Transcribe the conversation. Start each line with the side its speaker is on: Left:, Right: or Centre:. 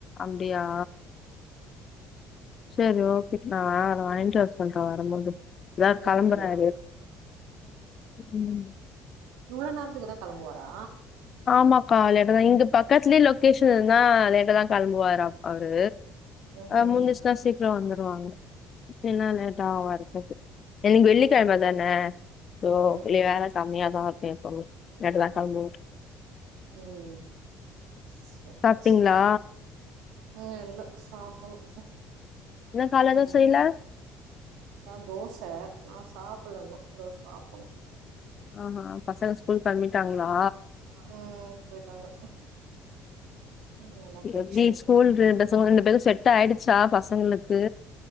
Left: அப்டியா சரி ஓகே நான் அவர வாங்கிட்டு வர சொல்றன் வரும்போது இப்பதான்
Right: பெயின்
Left: கிளம்புறாரு
Right: ரிலீஃப்
Left: ம்
Right: இவ்ளவு நேரத்துக்குதான் கெளம்புவாரா
Left: ஆமாக்கா லேட்ட தான் இங்க பக்கத்துலேயே லொக்கேஷன் இருந்தா லேட்டா தான் கிளம்புவாரு அவரு
Right: ம்ஹும்
Left: முடுஞ்ச்சுச்சுனா சீக்கிரம் வந்துருவாங்க என்னா லேட்டாவும் வரதுக்கு இன்னக்கி
Right: ம்
Left: வெள்ளிக்கெழமை தான சோ
Right: ம்
Left: வேலை
Right: ம்
Left: கம்மியாதான் இருக்கும் <unintelligible>
Right: உம் சேரி
Left: சாப்ட்டீங்களா
Right: சேரி இன்னும் இல்லை சாப்ணும்
Left: இன்னு கால
Right: உம்
Left: எதுவு செய்யல
Right: ஏ தோசை நான் சாப்பிலன்னும் தோ சாப் ஆ
Left: ஆஹ் ஹ பசங்க ஸ்கூல் கெளம்பிட்டாங்களா
Right: ம் போய்ட்டாங்க நல்லா போயிச்சு
Left: எப்டி ஸ்கூல் பசங்க ரெண்டு பேரு செட் ஆயிடுச்சா பசங்களுக்கு